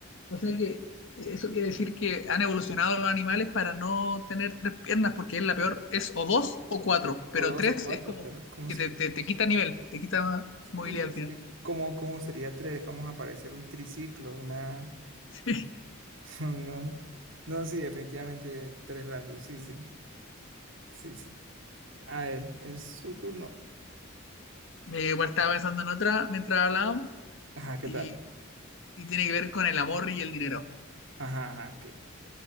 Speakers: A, on the left; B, on the right.
A: O sea que eso quiere decir que han evolucionado los animales para no tener tres piernas, porque es la peor, es o dos o cuatro, pero
B: O dos
A: tres
B: o cuatro,
A: es como
B: claro. ¿Cómo
A: que
B: se,
A: te, te,
B: <laughs>
A: te quita nivel, te quita movilidad
B: es
A: al final.
B: que, ¿cómo, cómo sería tres? Vamos a aparecer un triciclo, una...
A: <laughs>
B: <laughs> No, no, sí, definitivamente tres brazos, sí, sí, sí, sí. A ver, es su turno.
A: Sí. Me igual estaba pensando en otra mientras hablábamos
B: Ajá, ¿qué
A: y,
B: tal?
A: y tiene que ver con el amor y el dinero.
B: Ajá, ajá, ¿qué?